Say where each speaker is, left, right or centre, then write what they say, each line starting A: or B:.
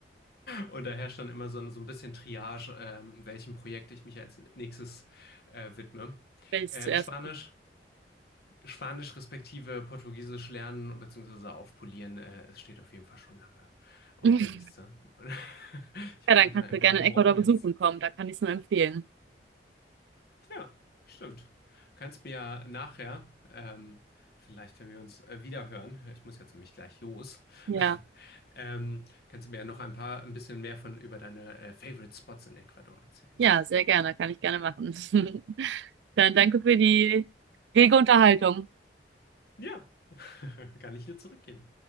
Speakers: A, on the left (about 60°); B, on the right (about 75°).
A: Und da herrscht dann immer so ein, so ein bisschen Triage, ähm, welchem Projekt ich mich als nächstes äh, widme.
B: Willst
A: Äh,
B: ich zuerst.
A: Spanisch, Spanisch respektive Portugiesisch lernen bzw. aufpolieren, äh, es steht auf jeden Fall schon lange auf
B: <laughs>
A: der Liste. Und <laughs> ich
B: Ja,
A: hoffe,
B: dann kannst
A: wir haben ein
B: du gerne
A: paar Brocken
B: in Ecuador besuchen
A: jetzt.
B: kommen, da kann ich es nur empfehlen.
A: Ja, stimmt. Kannst mir ja nachher, ähm, vielleicht wenn wir uns äh, wiederhören, ich muss jetzt nämlich gleich los,
B: Ja,
A: <laughs> ähm, kannst du mir ja noch ein paar, ein bisschen mehr von über deine äh, Favorite Spots in Ecuador erzählen.
B: ja, sehr gerne, kann ich gerne machen. <laughs> Dann danke für die rege Unterhaltung.
A: Ja, <laughs> kann ich nur zurückgeben.